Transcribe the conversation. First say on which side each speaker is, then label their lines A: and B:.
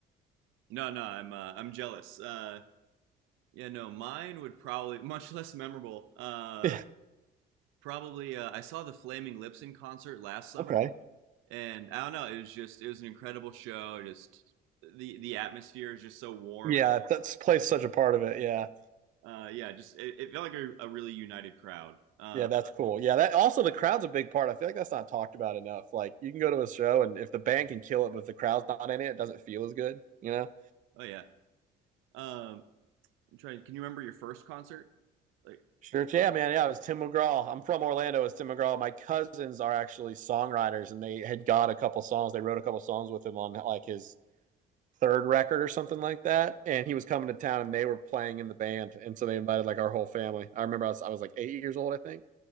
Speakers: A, on the right; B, on the right.
A: No, no, I'm uh, I'm jealous. Uh, yeah, no, mine would probably <laughs> much less memorable. Uh,
B: <laughs>
A: probably uh, I saw the Flaming Lips in concert last summer,
B: okay.
A: and I don't know, it was just it was an incredible show. Just the the atmosphere is just so warm.
B: Yeah, that's plays such a part of it. Yeah.
A: Uh, yeah, just it, it felt like a, a really united crowd. Uh,
B: Yeah, that's cool. Yeah, that also the crowd's a big part. I feel like that's not talked about enough. Like, you can go to a show and if the band can kill it, but if the crowd's not in it, it doesn't feel as good, you know?
A: oh yeah. Um, I'm trying. Can you remember your first concert? Like,
B: Sure. Yeah, man. Yeah, it was Tim McGraw. I'm from Orlando. It's Tim McGraw. My cousins are actually songwriters, and they had got a couple songs. They wrote a couple songs with him on like his third record or something like that. And he was coming to town and they were playing in the band. And so they invited like our whole family. I remember I was, I was like eight years old, I think.